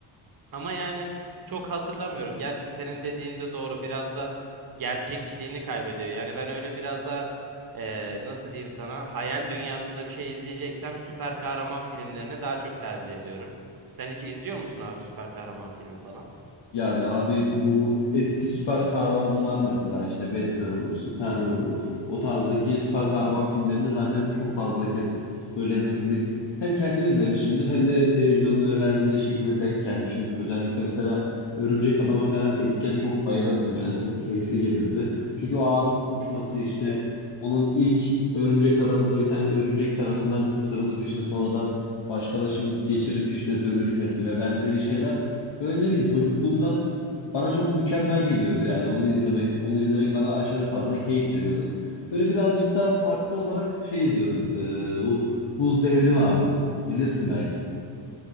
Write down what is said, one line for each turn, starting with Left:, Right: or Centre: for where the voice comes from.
Right: Ama yani çok hatırlamıyorum. Ger senin dediğin de doğru. Biraz da gerçekçiliğini kaybediyor. Yani ben öyle biraz da eee, nasıl diyeyim sana hayal dünyasında bir şey izleyeceksem süper kahraman filmlerini daha çok tercih ediyorum. Sen hiç izliyor musun abi süper kahraman filmi falan?
Left: Yani abi bu eski süper kahramanlar mesela işte Batman olur, Superman olur. O tarzdaki süper kahraman filmlerini zaten çok fazla kez böyle nasıl diyeyim hem kendim izlemişimdir hem de televizyonda ve benzeri şekilde denk gelmişimdir. Özellikle mesela Örümcek Adam'a falan çocukken çok bayılırdım yani çok keyifli gelirdi. Çünkü o ağa atıp uçması işte onun ilk Örümcek Adam'ında bir tane örümcek tarafından ısırılıp işte sonradan başkalaşım geçirip işte dönüşmesi ve benzeri şeyler böyle ne bileyim çocukluğumda bana çok mükemmel geliyordu yani onu izlemek. Onu izlemek bana aşırı fazla keyif veriyordu. Böyle birazcık daha farklı olarak şey izliyordum. Ee, bu Buz Devri vardı. Bilirsin belki.